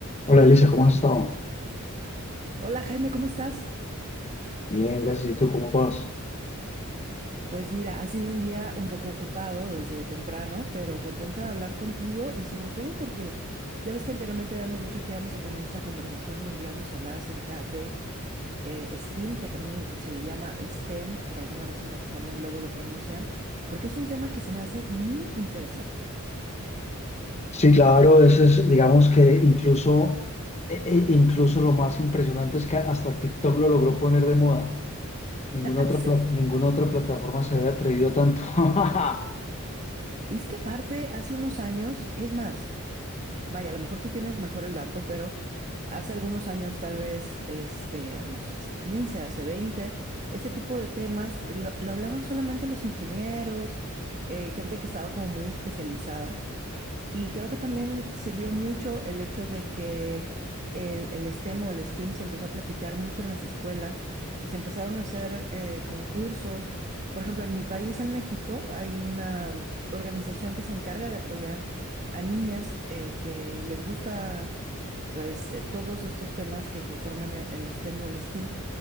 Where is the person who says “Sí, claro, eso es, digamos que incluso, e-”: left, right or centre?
Left